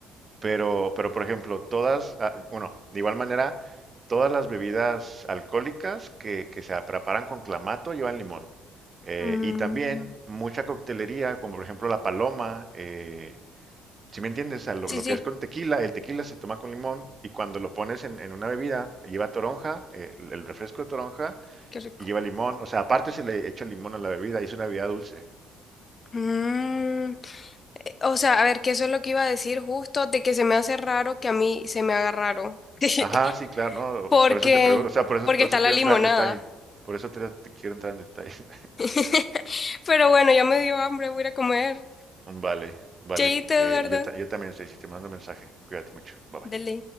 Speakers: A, on the right; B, on the left.
A: Pero, pero por ejemplo, todas, ah, bueno, de igual manera, todas las bebidas alcohólicas que, que se preparan con clamato llevan limón. Eh,
B: mm,
A: y también mucha coctelería, como por ejemplo la paloma, eh, si me entiendes, O sea, lo,
B: sí,
A: lo
B: sí,
A: que es con tequila, el tequila se toma con limón y cuando lo pones en, en una bebida lleva toronja, eh, el el refresco de toronja
B: qué rico.
A: y lleva limón, o sea, aparte se le echa limón a la bebida y es una bebida dulce.
B: Mm, O sea, a ver, que eso es lo que iba a decir justo, de que se me hace raro que a mí se me haga raro. <laughs>
A: Ajá, sí, claro, no,
B: Porque,
A: pues por eso te pregunto, o sea, por eso,
B: porque
A: por
B: está
A: eso quiero
B: la limonada.
A: entrar en detalles, por eso te, te quiero entrar en detalles.
B: <laughs> Pero bueno, ya me dio hambre, voy a ir a comer.
A: Vale, vale.
B: Cheíte, Eduardo.
A: Eh, yo, ta- yo también, Stacy, te mando mensaje. Cuídate mucho. Bye bye.
B: Dele.